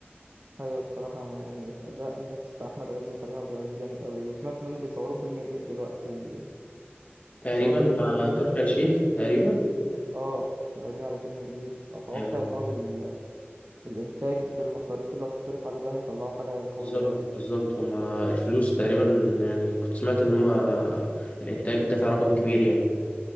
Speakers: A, on the right; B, on the left.
A: ايوه بصراحه انا يعني في اداء الميكس بتاع احمد عز وكريم عبد العزيز جامد قوي وسمعت ان هم بيصوروا فيلم جديد دلوقتي
B: تقريبا
A: في السعودية تقريبا
B: مع تركي آل الشيخ تقريبا
A: اه شغالين على فيلم جديد اتوقع
B: ايوه
A: ان هو بال... الانتاج بالمصاريف اللي هتتصرف عليه ده هيطلعوا حاجة قوية
B: بالظبط
A: قوي يعني
B: بالظبط هما الفلوس تقريبا يعني كنت سمعت ان هما الانتاج دفع رقم كبير يعني